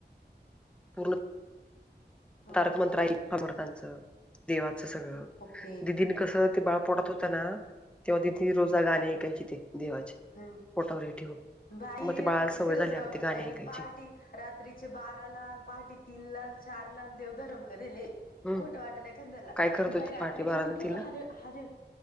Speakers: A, in the centre; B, on the left (about 55°).
A: पूर्ण.
B: हां
A: तारक
B: हां
A: मंत्र
B: हां
A: आईयक स्वामी समर्थांच देवाच सगळ.
B: ओके
A: दिदी नी कस ते बाळ पोटात
B: ओके
A: होत ना तेव्हा दिदीनी रोजा गाणे ऐकायची ती. देवाची
B: हां
A: पोटावर ठेवन
B: बाई
A: मग ते
B: आमच्या
A: बाळाला सवय
B: शिरसगावच्या
A: झाल्या अ ती गाणी
B: ताईनी
A: ऐकायची.
B: पहाटे रात्रीचे बारा ला न पहाटे तीन लाान चार लान देवधर्म करेले.
A: हम्म
B: खोटं वाटलंय तेनाला ला
A: काय करत
B: ती
A: होती
B: बाई रात्रीची
A: पाठी बाळानं
B: उठून
A: तिला
B: ह अरे